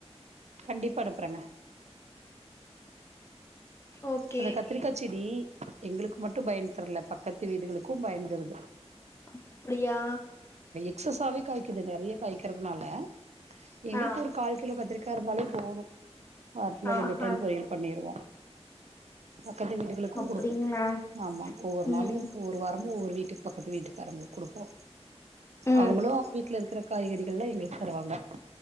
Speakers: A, on the right; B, on the left.
A: கண்டிப்பா அனுப்புறேங்க
B: ஓகே
A: அந்த கத்திரிக்கா செடி எங்களுக்கு மட்டு பயன் தரல பக்கத்து வீடுகளுக்கு பயன் தருது
B: ஆ அப்டியா
A: எக்சகசாவே காய்க்கிது நெறைய காய்க்கிறதுனால எங்களுக்கு
B: ஆ
A: ஒரு கால் கிலோ கத்திரிக்கா இருந்தாலே போதும் வாரத்துல
B: ஆஹா
A: ரெண்டு டைம் பொரியல் பண்ணிருவோ பக்கத்து வீடுகளுக்கு
B: அப்டிங்களா
A: குடுக்கு ஆமாம் ஒவ்வொரு
B: ம்
A: நாளு ஒவ்வொரு வாரம் <unintelligible> ஒவ்வொரு வீட்டுக்கு பக்கத்து வீட்டுக்காரங்களுக்கு குடுப்போ
B: ம்
A: அவங்களு அவங்க வீட்டுல இருக்கிறப் காய்கறிகள்லா எங்களுக் தருவாங்க